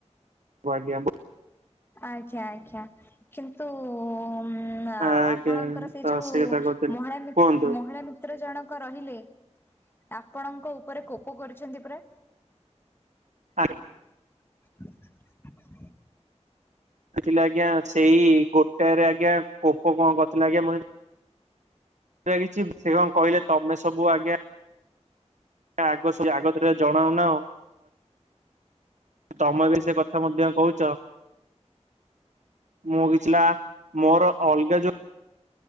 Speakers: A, on the right; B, on the left.
A: ଆଜ୍ଞା।
B: ଆଜ୍ଞା ଆଜ୍ଞା କିନ୍ତୁ ଉଁ ଆପଣଙ୍କର
A: ଆଜ୍ଞା
B: ସେଇ
A: ତ
B: ଯୋଉ
A: ସେ କଥା କହୁଥିଲି
B: ମହିଳା ମି ମହିଳା
A: କୁହନ୍ତୁ
B: ମି ମହିଳା ଭିତରୁ ଜଣକ ରହିଲେ ଆପଣଙ୍କ ଉପରେ କୋପ କରୁଛନ୍ତି ପରା।
A: ଆଜ୍ଞା
B: <inaudible>
A: ପାଚିଲା ଆଜ୍ଞା ସେଇ ଗୋଟାରେ ଆଜ୍ଞା ପୋକ କଣ କରିଥିଲା ଆଜ୍ଞା। କିଛି ସେ କଣ କହିଲେ ତମେ ସବୁ ଆଜ୍ଞା। ଆଗ ସିଏ ଆଗତୁରା ଜଣାଉନା ଆଉ। ତମେ ବି ସେ କଥା ମଧ୍ୟ କହୁଛ। ମୁଁ କିଛିଲା ମୋର ଅଲଗା ଯୋଉ